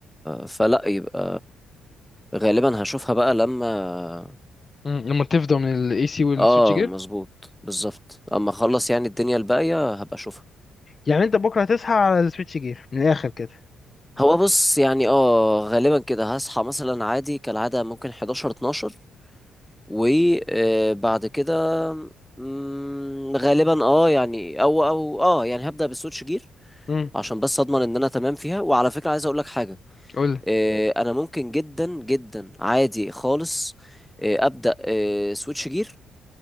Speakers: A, in the centre; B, on the left.
A: فلا يبقى غالبا هشوفها بقى لما
B: مم، لما تفضى من الاي سي والسويتش
A: اه
B: جير
A: مظبوط بالظبط اما اخلص يعني الدنيا الباقية هبقى اشوفها
B: يعني أنت بكرة هتصحى على السويتش جير من الآخر كده
A: هو بص يعني اه غالبا كده هصحى مثلا عادي كالعادة ممكن 11 12 وبعد كده مم، غالبا اه يعني او او اه يعني هبدأ بسويتش جير
B: امم
A: عشان بس اضمن ان انا تمام فيها وعلى فكرة عايز اقول لك حاجة
B: قول
A: آه، انا ممكن جدا جدا عادي خالص آه، ابدا آه، سويتش جير